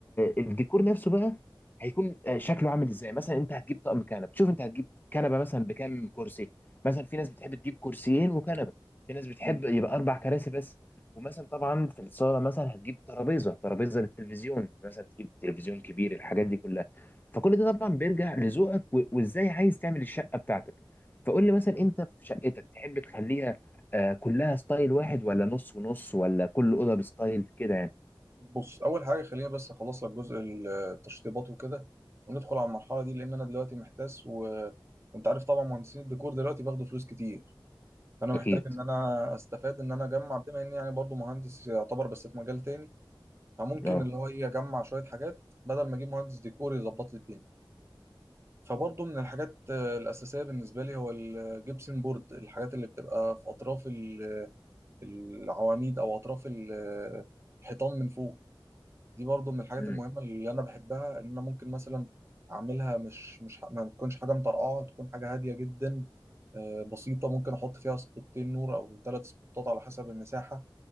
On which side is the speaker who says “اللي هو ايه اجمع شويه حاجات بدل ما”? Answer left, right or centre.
Right